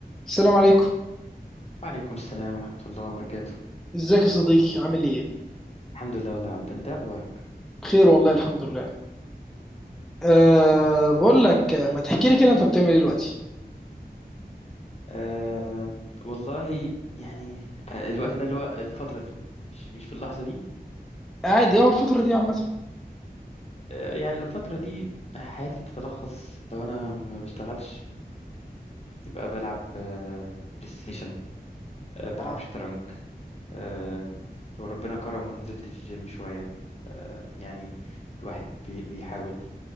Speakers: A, in the centre; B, on the left.
A: السلام عليكم
B: وعليكم السلام ورحمة الله وبركاته
A: ازيك يا صديقي عامل ايه
B: الحمد لله والله يا عبد انت إيه اخبارك
A: بخير والله الحمد لله أه بقول لك آه، ما تحكي لي كده انت بتعمل ايه دلوقتي
B: آه والله يعني آه، الوقت ده اللي هو الفترة دي مش مش في اللحظة دي
A: قاعد ايه الفتره دي عامه
B: آه يعني الفترة دي حياتي بتتلخص لو انا ما بشتغلش يبقى بلعب آه بلاي ستيشن آه بلعب
A: اه
B: شطرنج آه لو ربنا كرم ونزلت الجيم شوية آه يعني الواحد بي بيحاول